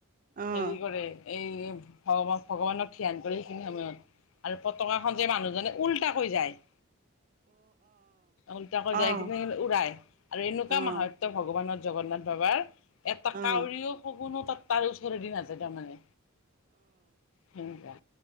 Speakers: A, on the right (about 35°); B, on the left (about 60°).
A: অ', অ', অ', অ', অ', অ', অ', অ', অ',
B: হেৰি কৰে এই ভ-ভগৱানক ধ্যান কৰে সেইখিনি সময়ত। আৰু পতকাখন যে মানুহজনে উওল্টাকৈ যায়। উল্টাকৈ যাই
A: অ',
B: কিনে উৰাই আৰু এনেকুৱা
A: অ',
B: মাহত- ভগৱানৰ জগন্নাথ বাবাৰ এটা
A: অ', অ',
B: কাউৰীও, শগুনো তাত তাৰ দি নাযায় তাৰমানে সেনেকোৱা।